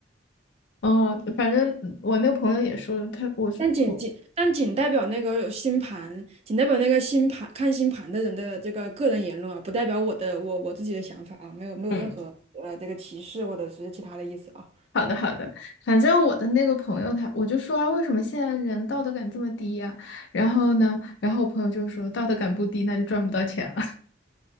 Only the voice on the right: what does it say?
但仅仅但仅代表那个星盘，仅代表那个星盘看星盘的人的这个个人言论啊，不代表我的我我自己的想法啊，没有没有任何呃这个歧视或者是其他的意思啊。